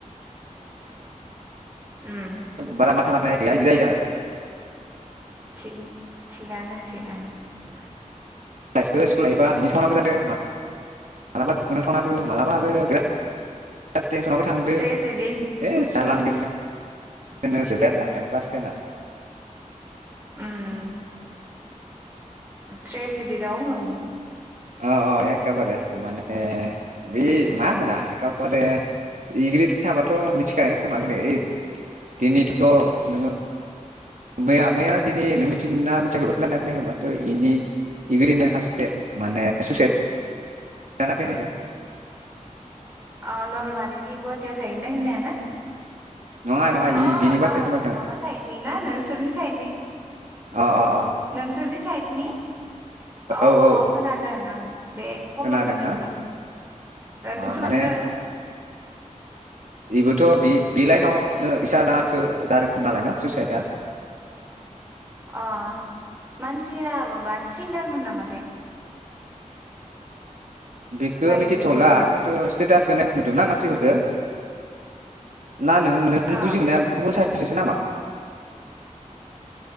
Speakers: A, on the right; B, on the right.
A: उम
B: बारा <unintelligible> <unintelligible> गैया इदि जायो आरो
A: थिग थिगानो थिगानो
B: लाइफखो स्कुल लाइफबा मिनि थावनाबो जादों मा मालाबा दुखुनांथावनाबो मालाबा आरो बिराद टेनसनावबो थांदो
A: ट्रेजेडि
B: ए जारलानि गेजेरजों नो जोब्बाय आरो आंना क्लास टेना
A: उम ट्रेजेडि दं ओ
B: अ अ एखेबारे माने बे मा होननो दा एखेबारे इग्रि थाबाथ मिथिखागोन खोमा गोदो ओइ दिनैथ नोङो मैया बिराद दिनि नों मिथिदोंना मिथियाखैबा खोनदों ना‌ खोनायाखैबा इनि इखोरिनि खासे माने सुइसाइद जानानै थैनायखो
A: अ नलबारनि गुवाहाटीयाल थाहैनाय होननाया ना?
B: नङा नङा
A: अ
B: इ बिनि
A: नाव
B: बाथ्राखौ होनाखै
A: माबा साइदनि ना नोंसोरनि साइदनि
B: आं अ अ
A: नोंसोरनि सायदनि अ
B: औ
A: अ
B: औ
A: खोनादों आं उम जे खबर
B: खोनादोंना
A: मोनदोंमोन
B: अ
A: दुखुनांदों
B: माने बेबोथ' बे बे लाइनावनो इसा जानानैसो जादों नालाय न सुइसाइदआ
A: अ मानसिया माबा सिंगारमोन नामाथाय?
B: बेखो
A: बायदि
B: मिथिथ'ला खिन्थु स्टेटास होनाय नुदोंना मानसिफोरखौ ना नों नों
A: अ
B: बुजि मोननाया गुबुन साइद सासे नामा?